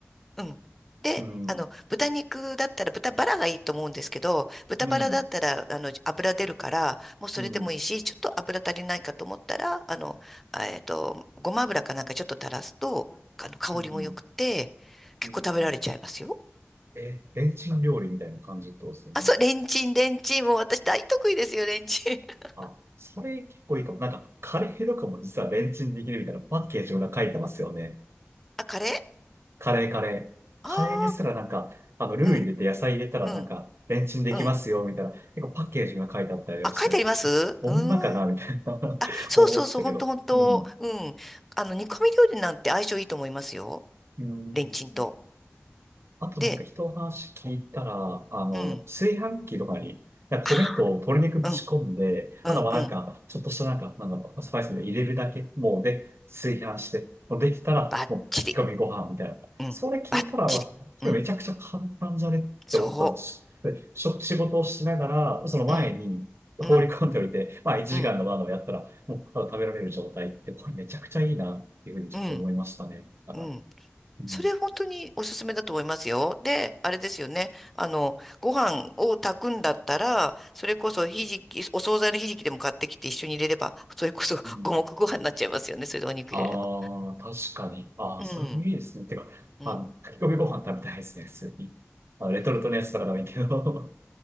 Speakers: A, in the centre; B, on the right (about 70°).
A: うん。で、
B: うん、
A: あの、豚肉だったら豚バラがいいと思うんですけど、豚バラだったら、
B: うん、
A: あの、油出るから、もうそれでもいいし、
B: うん、
A: ちょっと油足りないかと思ったら、あの、あえっと、ごま油かなんかちょっと垂らすと、あの、香りも良くて、
B: うん、
A: 結構食べられちゃいますよ。
B: うん。え、レンチン料理みたいな感じってことですよね。
A: あ、そう、レンチン、レンチン。もう私大得意ですよ、レンチン。<laughs>
B: あ、それ結構いいかも。なんか、カレーとかも実はレンチンできるみたいなパッケージ裏書いてますよね。
A: あ、カレー
B: カレーカレー。
A: ああ
B: カレーですらなんか、あの、ルー入れて野菜入れたらなんか、
A: ー、うん、うん、
B: レンチンできますよ、
A: うん。
B: みたいな。結構パッケージが書いてあったりをして、
A: あ、書いてありますうーん。
B: ほんまかな、
A: あ、
B: みたいな <laughs>
A: そうそうそう、
B: 思ってたけど。
A: ほんとほんと。
B: うん。
A: うん。あの、煮込み料理なんて相性いいと思いますよ。
B: うん
A: レンチンと。
B: あとなんか人の話聞いたら、
A: で、
B: あの、
A: うん。
B: 炊飯器とかに、いや米と鶏肉ぶち込んで、
A: ああ、うん、うん、
B: あとはなんか、
A: うん。
B: ちょっとしたなんか、なんだろう、スパイスで入れるだけ、もうで、炊飯して、もうできたら、
A: バッチリ。
B: もう炊き込みご飯みたいな。
A: うん、
B: それ聞いたら、
A: バッチリ。
B: わこれめちゃくちゃ簡単じゃねって思ったんです。
A: うん、そ
B: で、しょ仕事をしながら、その前に放り込んでおいて、
A: う。うん、うん、
B: まあ1時間の窓をやったら、
A: うん、
B: もうただ食べられる状態って、これめちゃくちゃいいなっていうふうにちょっと思いましたね。
A: うん、
B: だから
A: うん。
B: うん
A: それ本当におすすめだと思いますよ。で、あれですよね。あの、ご飯を炊くんだったら、それこそひじき、お惣菜のひじきでも買ってきて一緒に入れれば、それこそ五目ご飯になっちゃいますよね。
B: うん
A: それでお肉入れれば。
B: ああ、確かに。ああ、
A: うん、
B: それもいいですね。てか、
A: うん。
B: あの、炊き込みご飯食べたいですね、普通に。まあ、レトルトのやつとかでもいいけど。